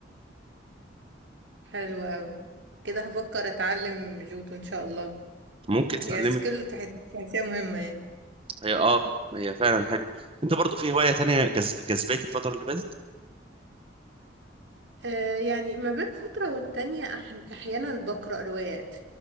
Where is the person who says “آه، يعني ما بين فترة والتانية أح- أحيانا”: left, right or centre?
Right